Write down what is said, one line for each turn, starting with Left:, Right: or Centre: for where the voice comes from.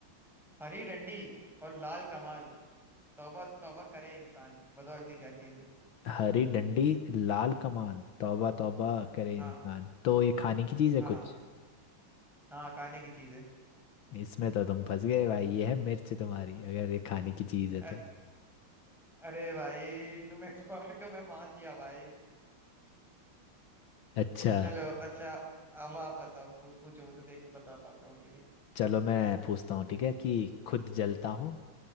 Centre: हरी डंडी और लाल कमाल तौबा तौबा करे इंसान बताओ ऐसी क्या चीज है
Left: हरी डंडी लाल कमान तौबा तौबा करे
Centre: हाँ
Left: इंसान तो ये खाने की चीज है
Centre: हाँ
Left: कुछ
Centre: हाँ खाने की चीज है
Left: इसमें तो तुम फंस गए भाई ये है मिर्च तुम्हारी अगर ये खाने की चीज है
Centre: अ-
Left: तो
Centre: अरे भाई तुम एक्सपर्ट हो मैं मान लिया भाई
Left: अच्छा
Centre: चलो अच्छा अब आप बताओ मु- पूछो मुझसे देखो बता पाता हूँ कि नहीं
Left: चलो मैं पूछता हूँ ठीक है कि खुद जलता हूँ